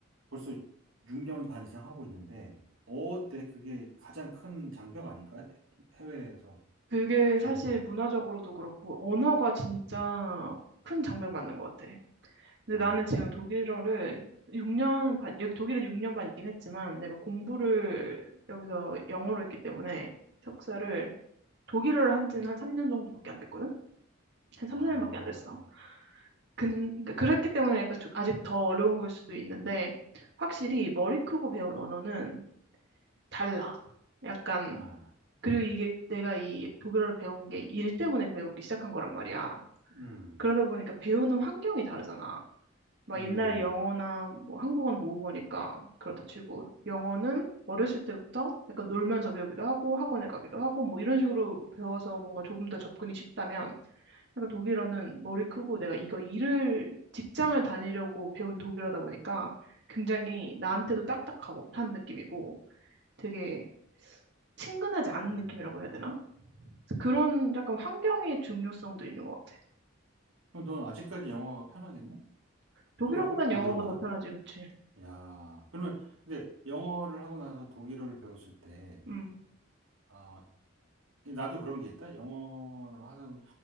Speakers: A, on the right; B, on the right.
A: 벌써 6년 반 이상 하고 있는데, 어때? 그게 가장 큰 장벽 아닌가? 해외에서
B: 그게
A: 제일,
B: 사실 문화적으로도 그렇고, 언어가 진짜 큰 장벽 맞는 것 같아. 근데
A: 어,
B: 나는 지금 독일어를 6년 반, 여기 독일에 6년 반 있긴 했지만 내가 공부를 여기서 영어로 했기 때문에 석사를 독일어를 한 지는 한 3년 정도밖에 안 됐거든? 한 3,
A: 아,
B: 4년밖에 안 됐어. 근, 그러니까 그랬기 때문에 약간 좀 아직 더 어려운 걸 수도 있는데 확실히 머리 크고 배운 언어는 달라. 약간,
A: 아,
B: 그리고 이게 내가 이 독일어를 배운 게 일 때문에 배우기 시작한 거란 말이야.
A: 음,
B: 그러다 보니까 배우는 환경이 다르잖아. 막
A: 음,
B: 옛날에 영어나 뭐 한국어는 모국어니까 그렇다 치고 영어는 어렸을 때부터 약간 놀면서 배우기도 하고 학원에 가기도 하고 뭐 이런 식으로 배워서 뭔가 조금 더 접근이 쉽다면 약간 독일어는 머리 크고 내가 이거 일을 직장을 다니려고 배운 독일어다 보니까 굉장히 나한테도 딱딱하고 한 느낌이고 되게 친근하지 않은
A: 음.
B: 느낌이라고 해야 되나? 그래서 그런 약간 환경의 중요성도 있는 것 같아.
A: 그럼 넌 아직까지 영어가 편하겠네?
B: 독일어보단
A: 좀 더? 독일어보다?
B: 영어가 더 편하지, 그치?
A: 야, 그러면, 근데 영어를 하고 나서 독일어를 배웠을 때,
B: 응,
A: 아, 이 나도 그런 게 있다? 영어를 하는,